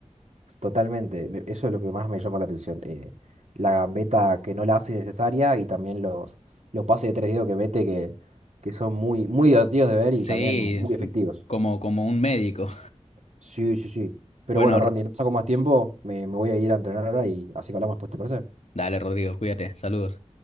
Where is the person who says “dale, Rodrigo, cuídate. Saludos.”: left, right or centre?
Left